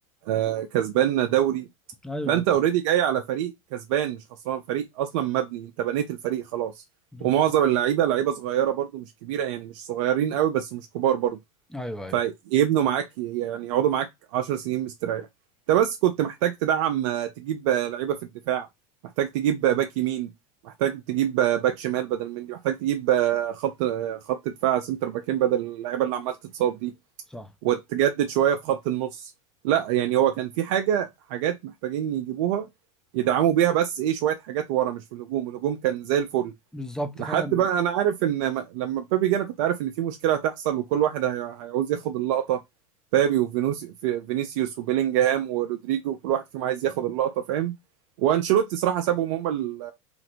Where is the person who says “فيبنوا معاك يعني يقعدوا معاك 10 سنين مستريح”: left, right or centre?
Right